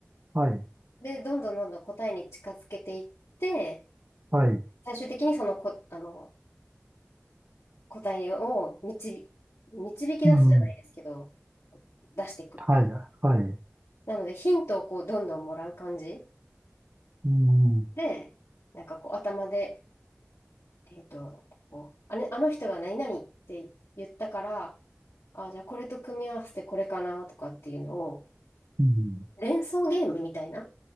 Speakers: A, on the right; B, on the left.
A: はい、
B: で、どんどんどんどん答えに近づけていって、
A: はい、
B: 最終的にそのこ、あの、答えを導、導き出すじゃないですけど、
A: うん、
B: 出していくっていう。
A: はい、はい、
B: なので、ヒントをこう、どんどんもらう感じ
A: うん、
B: で、なんかこう、頭で、えっと、こう、あれ、あの人が何々って言ったから、あ、じゃあこれと組み合わせてこれかなとかっていうのを、
A: うん、
B: 連想ゲームみたいな